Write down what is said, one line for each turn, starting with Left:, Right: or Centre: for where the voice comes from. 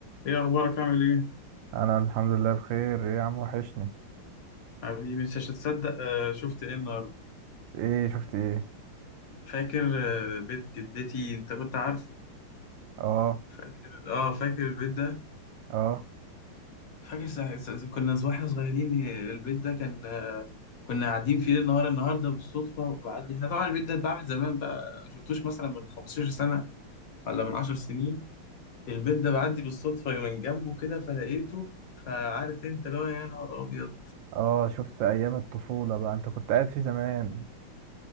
Left: ايه اخبارك عامل ايه
Right: انا الحمد لله بخير ايه يا عم وحشني
Left: حبيبي مش هتصدق آه شفت ايه النهارده
Right: ايه شفت ايه
Left: فاكر آه بيت جدتي انت كنت عارفه
Right: اه
Left: فاكر اه فاكر البيت ده
Right: اه
Left: فاكر سا... سا... سا- كنا ز- واحنا صغيرين آه، البيت ده كان آه، كنا قاعدين فيه النهار النهارده بالصدفه وبعدي احنا طبعا البيت ده اتباع من زمان بقى ما شفتوش مثلا من 15 سنه ولا من 10 سنين البيت ده بعدي بالصدفه من جنبه كده فلقيته فعارف انت اللي هو يا نهار ابيض
Right: اه شفت ايام الطفولة بقى انت كنت قاعد في زمان